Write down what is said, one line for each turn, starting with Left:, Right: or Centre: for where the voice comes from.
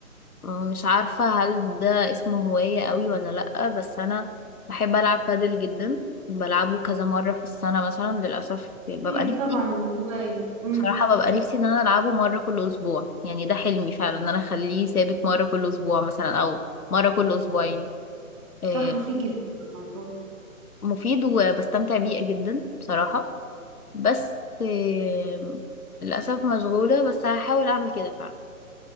Left: مش عارفه هل ده اسمه هوايه قوي ولا لا بس انا بحب العب بادل جدا بلعبه كذا مره في السنه مثلا للاسف ببقى
Right: طيب
Left: نفسي
Right: طبعا هوايه امم
Left: بصراحة ببقى نفسي ان انا العبه مرة كل اسبوع يعني ده حلمي فعلا ان انا اخليه ثابت مرة كل اسبوع مثلا او مرة كل اسبوعين آه،
Right: صح مفيد جدا طبعا اه
Left: مفيد وبستمتع بيه جدا بصراحة بس آه، للأسف مشغولة بس هحاول اعمل كده فعلا